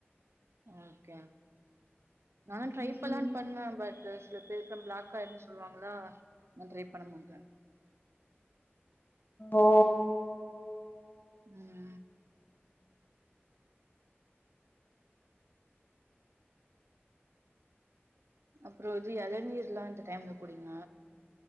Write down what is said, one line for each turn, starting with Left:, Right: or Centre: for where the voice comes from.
Right: ஓகே நா
Left: அப்டி
Right: டரைப்பண்லான்னு
Left: சொல்ற
Right: பண்ண பட் சில பேருக்கு பிளாக் ஆயிரும்ன்னு சொல்லுவாங்களா நா ட்ரை பண்ண மாட்ட
Left: ஓ
Right: ம் அப்றோ இது எளநீர்லா இந்த டைம்ல குடிங்க